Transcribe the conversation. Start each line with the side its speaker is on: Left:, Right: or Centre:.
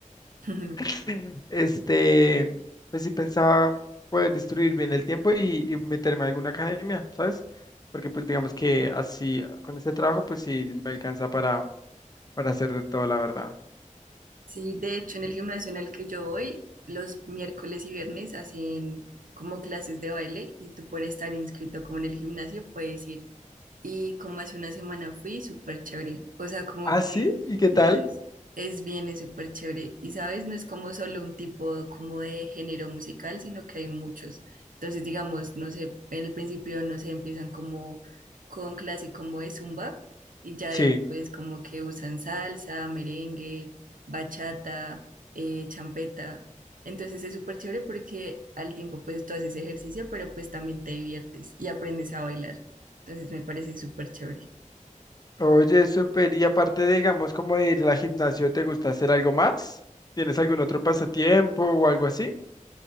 Right: <laughs>
Left: <laughs> este, pues sí pensaba poder distribuir bien el tiempo y, y meterme a alguna academia, ¿sabes? Porque pues digamos que así con este trabajo pues sí me alcanza para para hacer de todo, la verdad.
Right: Sí, de hecho, en el gimnasio en el que yo voy, los miércoles y viernes hacen como clases de baile y tú por estar inscrito como en el gimnasio puedes ir. y como hace una semana fui, súper chévere. O sea, como
Left: Ah,
Right: que
Left: sí, ¿y qué
Right: no
Left: tal?
Right: es, es bien, es súper chévere. Y sabes, no es como solo un tipo como de género musical, sino que hay muchos. Entonces, digamos, no sé, en el principio, no sé, empiezan como con clase como de zumba y ya
Left: Sí.
Right: después como que usan salsa, merengue, bachata, eh, champeta. Entonces es súper chévere porque al tiempo pues tú haces ejercicio, pero pues también te diviertes y aprendes a bailar. Entonces me parece súper chévere.
Left: Oye, súper. Y aparte, digamos, como de ir al gimnasio, ¿te gusta hacer algo más? ¿Tienes algún otro pasatiempo o algo así?